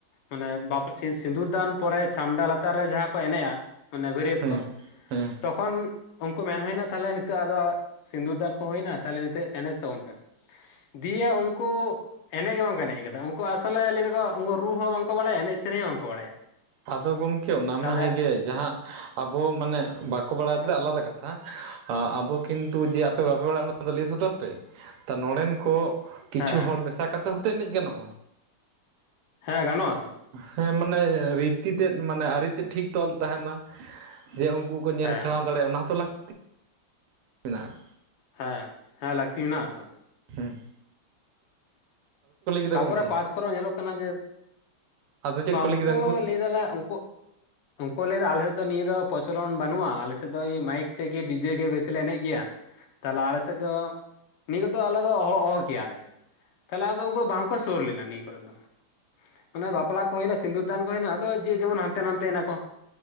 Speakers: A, on the left (about 85°); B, on the right (about 85°).
A: ᱢᱟᱱᱮ ᱵᱟᱯᱮ ᱥᱤ ᱥᱤᱸᱫᱩᱨ ᱫᱟᱱ ᱯᱚᱨᱮ ᱪᱷᱟᱢᱰᱟ ᱞᱟᱛᱟᱨ ᱨᱮ ᱡᱟᱦᱟᱸ ᱠᱚ ᱮᱱᱮᱡᱼᱟ ᱢᱟᱱᱮ ᱵᱟᱹᱨᱭᱟᱹᱛ
B: ᱦᱮᱸ
A: ᱠᱚ
B: ᱦᱮᱸ
A: ᱛᱚᱠᱷᱚᱱ ᱩᱝᱠᱩ ᱢᱮᱱ ᱦᱩᱭᱱᱟ ᱛᱟᱦᱞᱮ ᱱᱤᱛ ᱱᱤᱛᱚᱜ ᱟᱫᱚ ᱥᱤᱸᱫᱩᱨ ᱫᱟᱱ ᱠᱚ ᱦᱩᱭᱱᱟ ᱛᱟᱦᱞᱮ ᱱᱤᱛᱚᱜ ᱮᱱᱮᱪ ᱛᱟᱵᱚᱱ ᱯᱮ ᱫᱤᱭᱮ ᱩᱝᱠᱩ᱾ ᱮᱱᱮᱡ ᱜᱮ ᱵᱟᱝᱠᱚ ᱮᱱᱮᱡ ᱠᱟᱫᱟ ᱩᱱᱠᱩ ᱟᱥᱚᱞᱮ ᱞᱟᱹᱭᱟᱠᱚ ᱩᱱᱠᱩ ᱨᱩ ᱦᱚᱸ ᱵᱟᱝᱠᱚ ᱵᱟᱲᱟᱭᱟ ᱮᱱᱮᱡ ᱥᱮᱨᱮᱧ ᱦᱚᱸ ᱵᱟᱝᱠᱚ ᱵᱟᱲᱟᱭᱟ᱾
B: ᱟᱫᱚ ᱜᱚᱢᱠᱮ ᱚᱱᱟ
A: ᱛᱟᱦᱚᱞᱮ
B: ᱢᱟ ᱦᱮᱸᱜᱮ ᱡᱟᱦᱟᱸ ᱟᱵᱚ ᱢᱟᱱᱮ ᱵᱟᱠᱚ ᱵᱟᱲᱟᱭ ᱛᱟᱸᱦᱮᱱᱟ ᱟᱞᱟᱫᱟ ᱠᱟᱛᱷᱟ, ᱟᱵᱚ ᱠᱤᱱᱛᱩ ᱡᱮ ᱟᱯᱮ ᱵᱟᱯᱮ ᱵᱟᱲᱟᱭᱟ ᱚᱱᱟ, ᱞᱟᱹᱭ ᱥᱚᱫᱚᱨ ᱛᱮ ᱱᱚᱸᱰᱮᱱ ᱠᱚ ᱠᱤᱪᱷᱩ
A: ᱦᱮᱸ
B: ᱦᱚᱲ ᱢᱮᱥᱟ ᱠᱟᱛᱮ ᱦᱚᱸᱛᱚ ᱮᱱᱮᱡ ᱜᱟᱱᱚᱜᱼᱟ᱾
A: ᱦᱮᱸ ᱜᱟᱱᱚᱜ-ᱟ ᱛᱚ᱾
B: ᱦᱮᱸ ᱢᱟᱱᱮ ᱨᱤ ᱛᱤ ᱛᱮᱫ ᱢᱟᱱᱮ ᱟᱨᱤ ᱛᱮᱫ ᱴᱷᱤᱠ ᱛᱚᱞ ᱛᱟᱦᱮᱱ ᱢᱟ, ᱡᱮ ᱩᱝᱠᱩ ᱠᱚ ᱧᱮᱞ
A: ᱦᱮᱸ
B: ᱥᱮᱬᱟ ᱫᱟᱲᱮᱜᱼᱟ ᱚᱱᱟ ᱦᱚᱸᱛᱚ ᱞᱟᱠ ᱢᱮᱱᱟᱜᱼᱟ᱾
A: ᱦᱮᱸ, ᱦᱮᱸ ᱞᱟᱹᱠᱛᱤ ᱢᱮᱱᱟᱜ-ᱟ ᱛᱚ᱾
B: ᱦᱩᱸ ᱠᱮᱫᱟ
A: ᱛᱟᱯᱚᱨᱮ
B: ᱜᱚᱢᱠᱮ
A: ᱯᱟᱥ ᱠᱚᱨᱮ ᱧᱮᱞᱚᱜ ᱠᱟᱱᱟ ᱡᱮ
B: ᱟᱫᱚ ᱪᱮᱫ
A: ᱵᱟᱝ
B: ᱠᱚ ᱞᱟᱹᱭ
A: ᱩᱱᱠᱩ
B: ᱠᱮᱫᱟ
A: ᱞᱟᱹᱭᱫᱟᱞᱮ ᱩᱱᱠᱩ ᱩᱱᱠᱩ ᱞᱟᱹᱭ ᱫᱟ ᱟᱞᱮᱥᱮᱫ ᱫᱚ ᱱᱤᱭᱟᱹ ᱫᱚ ᱯᱨᱚᱪᱚᱞᱚᱱ ᱵᱟᱹᱱᱩᱜᱼᱟ ᱟᱞᱮ ᱥᱮᱫ ᱫᱚ ᱢᱟᱭᱤᱠ ᱛᱮᱜᱮ ᱰᱤᱡᱮ ᱜᱮ ᱵᱮᱥᱤ ᱞᱮ ᱮᱱᱮᱡ ᱜᱮᱭᱟ᱾ ᱛᱟᱦᱚᱞᱮ ᱟᱞᱮ ᱥᱮᱫ ᱫᱚ ᱱᱤᱭᱟᱹᱫᱚ ᱟᱞᱮ ᱫᱚ ᱚᱦᱚ ᱚᱦᱚ ᱠᱮᱭᱟᱞᱮ, ᱛᱟᱸᱦᱚᱞᱮ ᱟᱫᱚ ᱩᱱᱠᱩ ᱵᱟᱝᱠᱚ ᱥᱩᱨ ᱞᱮᱱᱟ ᱱᱤᱭᱟᱹ ᱠᱚᱨᱮ ᱫᱚ ᱚᱱᱮ ᱵᱟᱯᱞᱟ ᱠᱚ ᱦᱩᱭᱮᱱᱟ ᱥᱤᱸᱫᱩᱨ ᱫᱟᱱ ᱠᱚ ᱦᱩᱭᱮᱱᱟ, ᱟᱫᱚ ᱡᱮ ᱡᱮᱢᱚᱱ ᱦᱟᱱᱛᱮ ᱱᱟᱛᱮ ᱮᱱᱟ ᱠᱚ ᱾